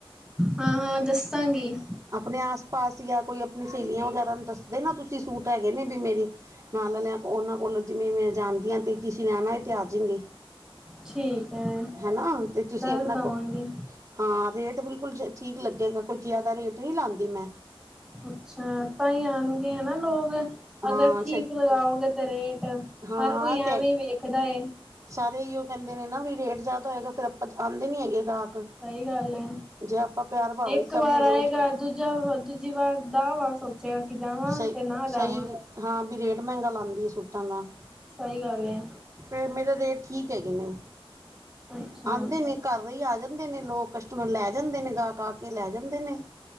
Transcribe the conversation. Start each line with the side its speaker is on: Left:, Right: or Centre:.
Centre: ਹਾਂ-ਹਾਂ, ਦੱਸਾਂਗੀ।
Right: ਆਪਣੇ ਆਸ-ਪਾਸ ਜਾਂ ਕੋਈ ਆਪਣੀ ਸਹੇਲੀਆਂ ਵਗੈਰਾ ਨੂੰ ਦੱਸਦੇ ਨਾ ਤੁਸੀਂ ਸੂਟ ਹੈਗੇ ਨੇ ਵੀ ਮੇਰੀ ਨਾਲ ਆਲਿਆ ਉਹਨਾਂ ਕੋਲੋਂ ਜਿਵੇਂ ਮੈਂ ਜਾਂਦੀ ਤੇ ਕਿਸੇ ਨੇ ਆ ਨਾ ਵੀ ਤੇ ਆ ਜਾਣਗੇ।
Centre: ਠੀਕ। ਐ।
Right: ਹੈਨਾ? ਤੇ ਤੁਸੀਂ
Centre: ਦੱਸ
Right: ਆਪਣਾ
Centre: ਦਵਾਂਗੀ।
Right: ਕੋ ਹਾਂ ਰੇਟ ਬਿਲਕੁਲ ਠੀਕ ਲੱਗੇਗਾ। ਕੁਝ ਜ਼ਿਆਦਾ ਰੇਟ ਨਹੀਂ ਲਾਉਂਦੀ ਮੈਂ।
Centre: ਅੱਛਾ, ਤਾਂ ਹੀ ਆਉਣਗੇ ਹਨਾ ਲੋਕ? ਅਗਰ
Right: ਹਾਂ
Centre: ਠੀਕ
Right: ਸਹੀ
Centre: ਲਗਾਓਗੇ ਤੇ ਰੇਟ
Right: ਹਾਂ
Centre: ਹਰ ਕੋਈ
Right: ਇਹ
Centre: ਐਵੇਂ
Right: ਤੇ
Centre: ਹੀ ਵੇਖਦਾ ਏ।
Right: ਸਾਰੇ ਇਹੀੳ ਕਹਿੰਦੇ ਨੇ ਨਾ ਵੀ ਰੇਟ ਜ਼ਿਆਦਾ ਹੋਏਗਾ। ਫਿਰ ਆਪਾਂ ਆਉਂਦੇ ਨੀ ਹੈਗੇ ਗਾਹਕ।
Centre: ਸਹੀ ਗੱਲ ਏ।
Right: ਜੇ ਆਪਾਂ ਪਿਆਰ ਭਾਵੇ
Centre: ਇੱਕ
Right: ਸਭ
Centre: ਵਾਰ
Right: ਨੂੰ
Centre: ਆਏਗਾ,
Right: ਰੇਟ
Centre: ਦੂਜਾ ਦੂਜੀ ਵਾਰ - ਵਾਰ ਸੋਚੇਗਾ ਕਿ ਜਾਵਾਂ
Right: ਸਹੀ
Centre: ਤੇ ਨਾ ਜਾਵਾਂ!
Right: ਸਹੀ ਹਾਂ ਵੀ ਰੇਟ ਮਹਿੰਗਾ ਲਾਉਂਦੀ ਆ ਸੂਟਾਂ ਦਾ।
Centre: ਸਹੀ ਗੱਲ ਏ।
Right: ਫੇਰ ਮੇਰੇ ਰੇਟ ਠੀਕ ਹੈਗੇ ਨੇ।
Centre: ਅੱਛਾ
Right: ਆਉਂਦੇ ਨੇ ਘਰ ਹੀ ਆ ਜਾਂਦੇ ਨੇ ਲੋਕ ਕਸਟਮਰ ਲੈ ਜਾਂਦੇ ਨੇ ਗਾਹਕ। ਆ ਕੇ ਲੈ ਜਾਂਦੇ ਨੇ।